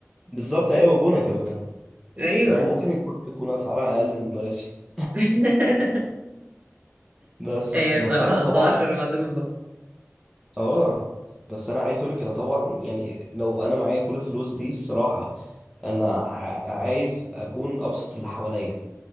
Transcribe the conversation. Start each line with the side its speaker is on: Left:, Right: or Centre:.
Centre: بالظبط ايوه وجونه كمان
Right: ايوه
Centre: يعني ممكن الجونه تكون اسعارها اقل من مراسي
Right: <laughs>
Centre: بس
Right: هي
Centre: بس
Right: بصراحة
Centre: انا
Right: الأسعار
Centre: طبعا
Right: مضروبة
Centre: اه بس انا عايز اقول لك انا طبعا يعني لو انا معايا كل الفلوس دي الصراحه انا ع- عايز اكون ابسط اللي حواليا